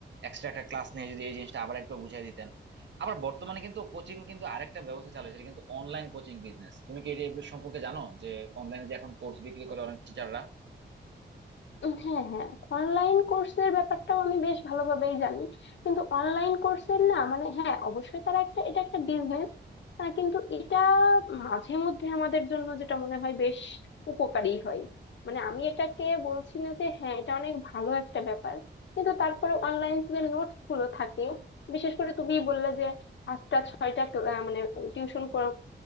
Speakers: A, on the right (about 75°); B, on the left (about 80°).
A: এক্সট্রা একটা ক্লাস নিয়ে যদি এই জিনিসটা আবার একটু বুঝাই দিতেন আবার বর্তমানে কিন্তু কোচিং কিন্তু আরেকটা ব্যবস্থা চালু হয়েছে এটা কিন্তু অনলাইন কোচিং বিজনেস তুমি কি এটা সম্পর্কে জানো যে অনলাইনে যে এখন কোর্স বিক্রি করে অনেক টিচাররা
B: হ্যাঁ হ্যাঁ অনলাইন কোর্সের ব্যাপারটাও আমি বেশ ভালোভাবেই জানি কিন্তু অনলাইন কোর্সের না মানে হ্যাঁ অবশ্যই তারা একটা এটা একটা বিজনেস কিন্তু এটা মাঝে মধ্যে আমাদের জন্য যেটা মনে হয় বেশ উপকারী হয় মানে আমি এটাকে বলছি না যে হ্যাঁ এটা অনেক ভালো একটা ব্যাপার কিন্তু তারপরে অনলাইন যে নোটস গুলো থাকে বিশেষ করে তুমি বললে যে পাঁচটা ছয়টা ক্লা- আহ, মানে টিউশন করে